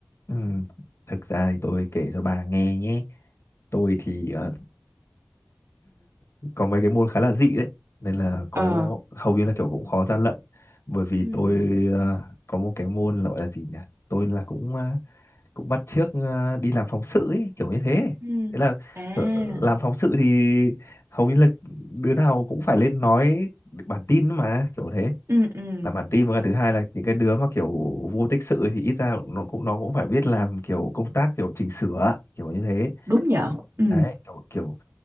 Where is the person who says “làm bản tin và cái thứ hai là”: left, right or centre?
Left